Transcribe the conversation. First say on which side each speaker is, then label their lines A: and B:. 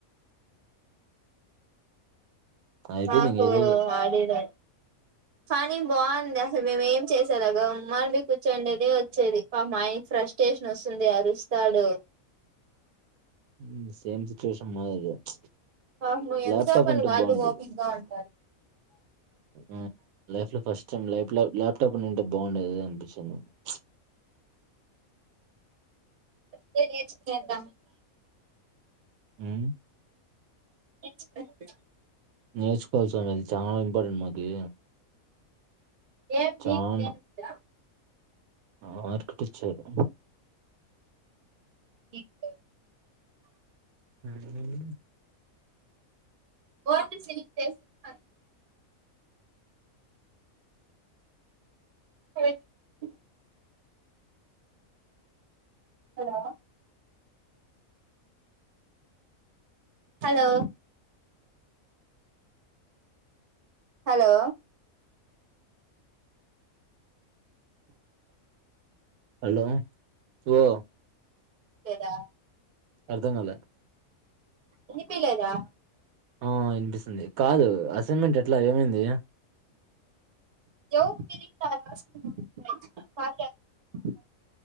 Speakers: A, on the right; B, on the right.
A: అయిపోయింది
B: మాకు
A: ఇంక ఈరోజు.
B: ఆడిదయ్ కానీ బావుంది అసలు మేము ఏం చేసేలాగామ్మాని బి కూర్చోండేది, వచ్చేది. మాక్ మైండ్ ఫ్రెష్ స్టేషన్ వస్తుంది అరుస్తాడు.
A: హ్మ్. సేమ్ సిచ్యువేషన్ మాదేగార్ ప్చ్
B: పాపం ఎంతసేపని
A: ల్యాప్టాప్ ఉంటే
B: వాళ్ళు
A: బావుండేది.
B: ఓపికగా ఉంటారు
A: ఉహ్ లైఫ్ లో ఫస్ట్ టైం లైఫ్ లో ల్యాప్ టాప్ వున్నింటే బాగుండేది అనిపించింది. ప్చ్
B: చెప్తే నేర్చుకొని చేద్దాం
A: ఉహ్మ్
B: నేర్చుకోరాదబ్బ
A: నేర్చుకోవాల్సాం అది చాలా ఇంపార్టెంట్ మాకి
B: ఏం
A: చానా.
B: మీక్ జ <inaudible>
A: ఆ ఆర్కిటిచరు
B: ఇప్డు
A: అహ్
B: వొంట శివిన్ చేసి <inaudible> పని పోయి <inaudible> హలో హలో హలో
A: హలో లో
B: లేదా
A: అర్ధంగాలే
B: ఇనిపిలేదా
A: ఆ ఇనిపిస్తుంది. కాదు అసైన్మెంట్ ఎట్లా ఏమైంది?
B: ఎవరి మీరిటా రాసింది కలిలేక <inaudible>